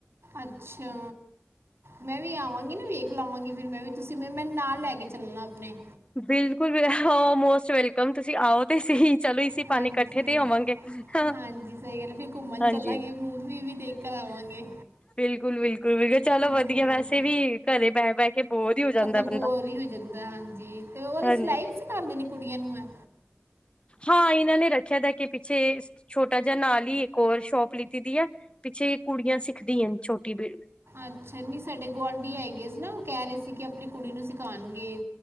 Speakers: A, on the right (about 75°); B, on the left (about 25°).
A: ਅੱਛਾ। ਮੈਂ ਵੀ ਆਵਾਂਗੀ ਨਾ ਵੇਖ ਲਵਾਂਗੀ ਫਿਰ ਮੈਂ ਵੀ ਤੁਸੀਂ ਮ ਮੈਂਨੂੰ ਨਾਲ ਲੈ ਕੇ ਚੱਲਨਾ ਆਪਨੇ
B: ਬਿਲਕੁਲ ਓ ਮੋਸਟ ਵੈਲਕਮ, ਤੁਸੀਂ ਆਓ ਤੇ ਸਹੀ ਚਲੋ ਇਸੀ
A: ਹਾਂਜੀ
B: ਬਹਾਨੇ ਕੱਠੇ ਤੇ ਹੋਵਾਂਗੇ, ਹਾਂ
A: ਹਾਂਜੀ ਸਹੀ ਗੱਲ ਹੈ। ਫਿਰ ਘੁੰਮਣ
B: ਹਾਂਜੀ-ਹਾਂਜੀ।
A: ਚੱਲਾਂਗੇ ਮੂਵੀ ਵੀ ਦੇਖ ਕਰ ਆਵਾਂਗੇ
B: ਬਿਲਕੁਲ-ਬਿਲਕੁਲ-ਬਿਲਕੁਲ ਚਲੋ
A: ਹਮ
B: ਵਦੀਆ ਵੈਸੇ ਵੀ ਘਰੇ ਬੈ-ਬੈ ਕੇ ਬੋਰ ਈ ਹੋ ਜਾਂਦਾ
A: ਬੋਰ
B: ਬੰਦਾ।
A: ਹੀ ਹੋ ਜਾਂਦਾ ਹਾਂਜੀ ਤੇ ਓ
B: ਹਾਂਜੀ
A: ਸਿਲਾਈ ਵੀ ਸਿਖਾਂਦੇ ਨੇ ਕੁੜੀਆਂ ਨੂੰ ਐ।
B: ਹਾਂ, ਏਨਾਂ ਨੇ ਰੱਖਿਆ ਦਾ ਕਿ ਪਿੱਛੇ ਛੋਟਾ ਜਾ ਨਾਲ ਈ ਇੱਕ ਹੋਰ ਸ਼ੋਪ ਲਿੱਤੀ ਦੀ ਐ। ਪਿੱਛੇ ਕੁੜੀਆਂ ਸਿੱਖਦੀਆਂ ਨ ਛੋਟੀ ਬਿ
A: ਅੱਛਾ, ਨੀ ਸਾਡੇ ਗੁਆਂਢੀ ਹੈਗੇ ਸੀ ਨਾ ਓ ਕੈ ਰਏ ਸੀ ਕੇ ਆਪਣੀ ਕੁੜੀ ਨੂੰ ਸਿਖਾਨਗੇ।